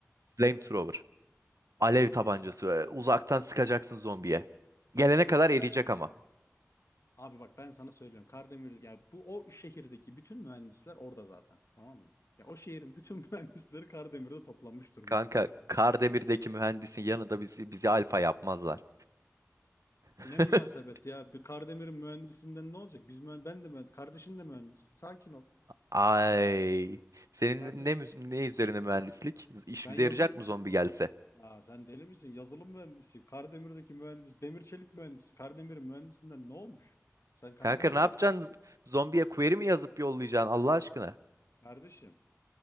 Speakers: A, on the right; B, on the left.
A: Flamethrower. Alev tabancası böyle. Uzaktan sıkacaksın zombiye. Gelene kadar eriyecek ama.
B: abi bak ben sana söylüyorum. Kardemir ya bu o şehirdeki bütün mühendisler orada zaten. Tamam mı? Ya o şehrin bütün <laughs> mühendisleri Kardemir'de toplanmış durumda.
A: Kanka Kardemir'deki mühendisin yanında bizi bizi alfa yapmazlar. <laughs>
B: Ne münasebet ya bir Kardemir'in mühendisinden ne olacak? Biz mühend- ben de mühendis, kardeşin de mühendis. Sakin ol.
A: Ay. Senin
B: Kardeş
A: ne müz- ne üzerine mühendislik? İşimize
B: ben yazılı
A: yarayacak mı zombi gelse?
B: Ya sen deli misin? Yazılım mühendisiyim. Kardemir'deki mühendis, demir çelik mühendisi. Kardemir'in mühendisinden ne olmuş? Sen kankana
A: Kanka ne
B: bırak.
A: yapacaksın? Z- Zombiye query mi yazıp yollayacaksın Allah aşkına?
B: Kardeşim,